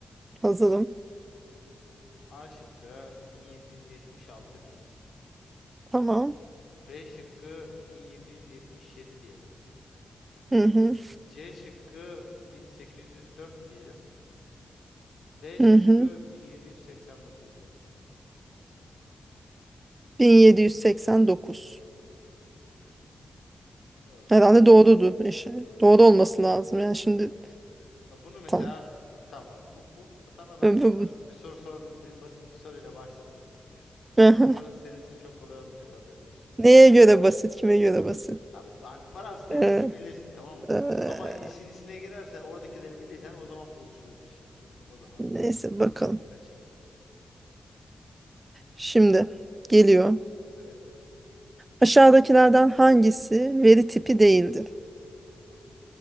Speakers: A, on the right; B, on the left.
A: hazırım.
B: A şıkkı 1776 diyelim.
A: Tamam.
B: B şıkkı 1777 diyelim.
A: Hı hı.
B: C şıkkı 1804 diyelim. D şıkkı
A: Hı hı.
B: 1789 diyelim.
A: 1789.
B: Doğru,
A: Herhalde doğrudur. İşte
B: doğru,
A: doğru olması
B: doğru,
A: lazım. Yani şimdi
B: doğru. Ya Bunu mesela
A: Tamam.
B: tamam bak bu, bu sana ben
A: <laughs> Ee,
B: basit bir soru sorduğun için basit bir soruyla başladım. Bundan
A: Aha.
B: sonra senin için çok kolay olmayacak haberin olsun.
A: Neye göre basit, kime göre basit?
B: Ha, hani Fransız devrimi
A: Ee,
B: bilirsin tamam mı?
A: ee,
B: Ama işin içine girerse oradakileri bilirsen o zaman buluşuyoruz işte anladın mı? O zaman
A: neyse
B: işin
A: bakalım.
B: tadı kaçar.
A: Şimdi geliyor.
B: Evet.
A: Aşağıdakilerden hangisi veri tipi değildir?
B: Hı hı,